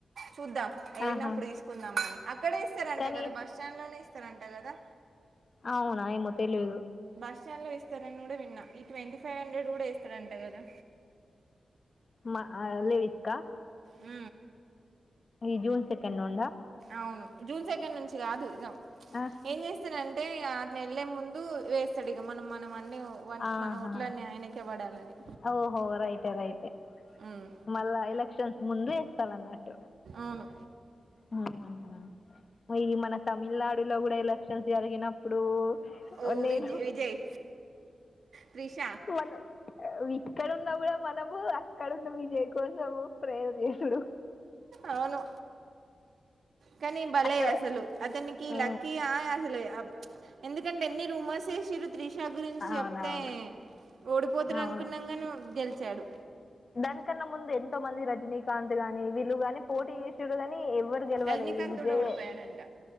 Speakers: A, on the right; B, on the left.
A: చూద్దాం వెళ్ళినప్పుడు
B: ఆహా
A: తీసుకుందాంమని అక్కడే ఇస్తారంట
B: కానీ
A: కదా బస్ స్టాండ్ లోనే ఇస్తారంట కదా
B: అవునా ఏమో తెలియదు
A: బస్టాండ్ లో ఇస్తారని కూడా విన్నా ఈ ట్వంటీ ఫైవ్ హండ్రెడ్ కూడా ఎస్తారంట కదా
B: మా లీవిక్క
A: మ్
B: ఈ జూన్ సెకెండ్ నుండ
A: అవును జూన్ సెకండ్ నుంచి కాదు ఇగ
B: ఆ
A: ఏం చేస్తాడంటే అరు నేళ్ళ ముందు వేస్తాడు ఇగ మనం మనం అన్నీ వన్
B: ఆహా
A: మన ఓట్లన్నీ ఆయనకే పడాలని
B: ఓహో రైటే రైటే
A: ఉమ్
B: మళ్ళా ఎలక్షన్స్ ముందు వేస్తాలన్నట్టు
A: అవును
B: అహ ఈ మన తమిళనాడులో కూడా ఎలక్షన్స్ జరిగినప్పుడు
A: ఓ
B: నిను
A: విజయ్ విజయ్ త్రిష
B: మనం ఇక్కడున్నా కూడా మనము అక్కడ ఉన్న విజయ్ కోసము ప్రేర్ చేసుడు
A: అవును కానీ భలే
B: అక్కడ
A: అసలు అతనికి
B: ఆ,
A: లక్కీ ఆ అసలు ఆ ఎందుకంటే ఎన్ని రూమర్స్ ేషలు త్రిషా గురించి
B: అవునవును
A: చెప్తే ఓడిపోతరనుకున్నం
B: అవును
A: గని గెలీచ్ చడు
B: దానికన్నా ముందు ఎంతో మంది రజనీకాంత్ గాని వీళ్ళు గాని పోటీ చేసిరు కానీ నీ ఎవరు గెలువలే
A: రజనీకాంత్
B: ఈ విజయే
A: కూడా ఓడిపోయాడంట